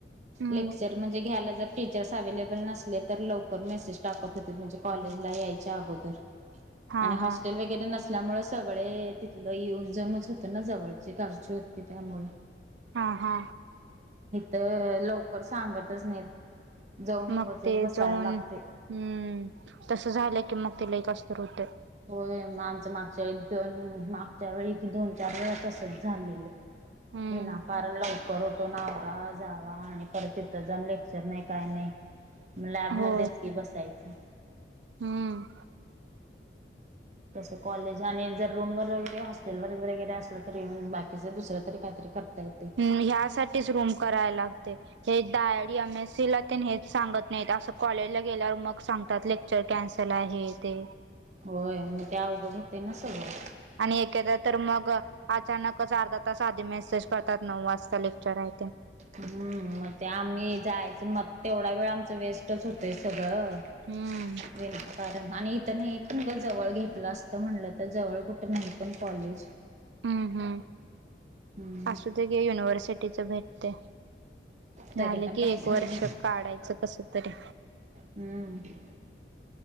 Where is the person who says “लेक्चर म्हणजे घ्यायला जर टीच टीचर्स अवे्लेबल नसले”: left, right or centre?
Right